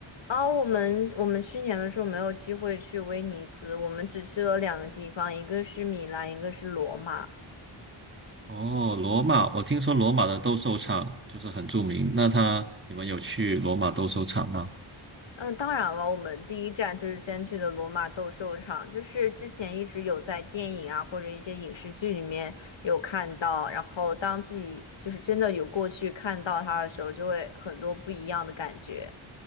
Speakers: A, on the left; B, on the right.
A: 哦，我们我们去年的时候没有机会去威尼斯，我们只去了两个地方，一个是米兰，一个是罗马。
B: 哦，罗马，我听说罗马的斗兽场就是很著名。那他，你们有去罗马斗兽场吗？
A: 嗯，当然了，我们第一站就是先去的罗马斗兽场，就是之前一直有在电影啊或者一些影视剧里面有看到，然后当自己就是真的有过去看到它的时候，就会很多不一样的感觉。